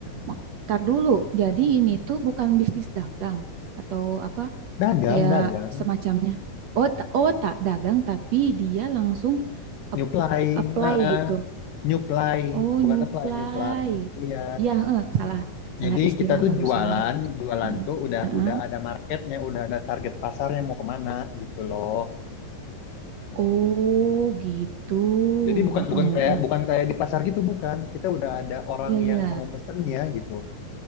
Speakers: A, on the right; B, on the left.
A: Mak- Ntar dulu. Jadi ini tuh bukan bisnis dagang atau apa
B: Dagang,
A: kayak
B: dagang,
A: semacamnya. Oh, ta- oh tak dagang tapi dia langsung ap-
B: nyuplai,
A: apply
B: eh, eh,
A: gitu.
B: nyuplai,
A: Oh,
B: bukan
A: nyuplai.
B: apply, nyuplai. Iya.
A: Iya, heeh, salah. Salah
B: Jadi
A: istilah
B: kita tuh
A: barusan.
B: jualan, jualan
A: Mm.
B: tuh udah
A: Heeh.
B: udah ada marketnya, udah ada target pasarnya mau kemana gitu loh.
A: Oh gitu.
B: Jadi bukan
A: Heeh,
B: bukan kayak
A: heeh.
B: bukan kayak di pasar gitu bukan. Kita udah ada orang
A: Iya iya
B: yang mau mesennya gitu.